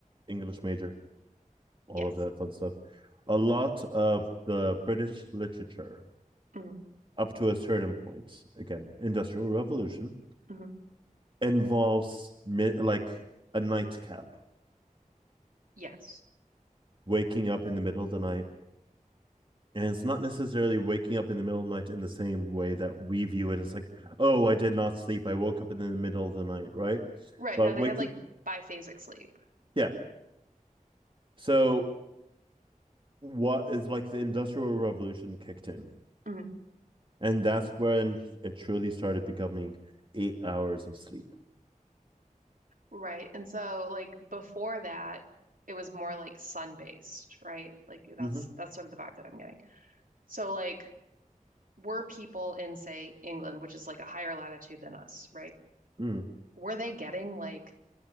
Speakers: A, on the right; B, on the right.
A: English major, all
B: Yes.
A: of that fun stuff. A lot of the British literature
B: hmm
A: up to a certain point, again, Industrial Revolution,
B: hmm
A: involves mi- like a nightcap,
B: Yes.
A: waking up in the middle of the night and it's not necessarily waking up in the middle of the night in the same way that we view it as like oh i did not sleep i woke up in the middle of the night right
B: Right.
A: but
B: No, they
A: waking
B: had like biphasic sleep.
A: yeah so what is like the industrial revolution kicked in
B: hmm
A: and that's when it truly started becoming eight hours of sleep
B: Right. And so like before that, it was more like sun-based, right? Like that's
A: hmm
B: that's sort of the vibe that I'm getting. So like were people in, say, England, which is like a higher latitude than us, right?
A: mm.
B: Were they getting like,